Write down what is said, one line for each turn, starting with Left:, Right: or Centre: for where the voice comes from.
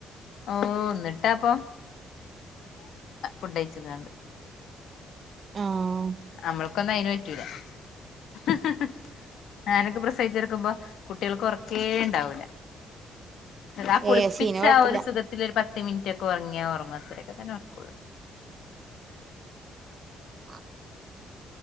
Left: ഓ ന്നിട്ടാപ്പൊ ഫുഡെഴിച്ച്ണ്ടാണ്ട്
Right: ആഹ്ം
Left: നമ്മൾക്കൊന്നും അയിന് പറ്റൂല ഹ് ഹ് ഞാനൊക്കെ പ്രസ.. സഹിച്ചെടുക്കുമ്പോ കുട്ടിയെൾക്ക് ഒർക്കേ ഉണ്ടാവൂല അതാ ആ കുളിപ്പിച്ച
Right: ഏഹ് ശീന കൊഴപ്പില്ല
Left: ആ ഒരു സുഖത്തില് ഒരു പത്ത് മിനിറ്റെക്കെ ഉറങ്ങിയാ ഉറങ്ങും അത്രക്കതന്നെ ഉറക്കെള്ളൂ.
Right: ആഹ